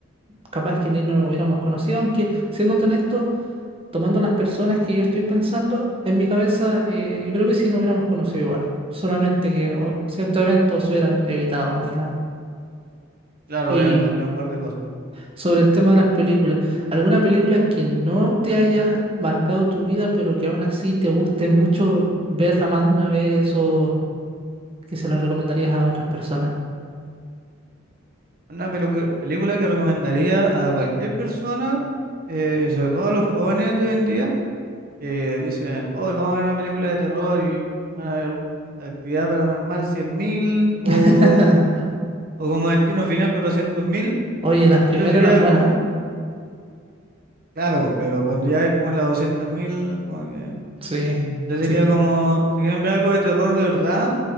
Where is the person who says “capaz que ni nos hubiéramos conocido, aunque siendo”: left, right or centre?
Right